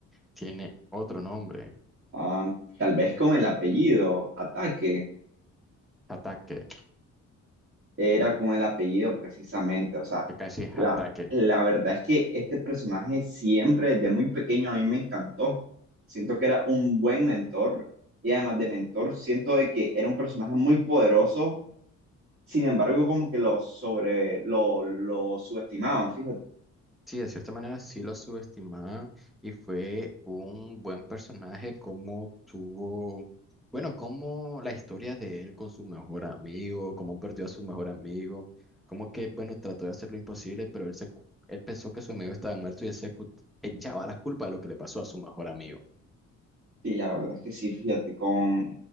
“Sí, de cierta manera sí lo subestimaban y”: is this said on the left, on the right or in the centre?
Centre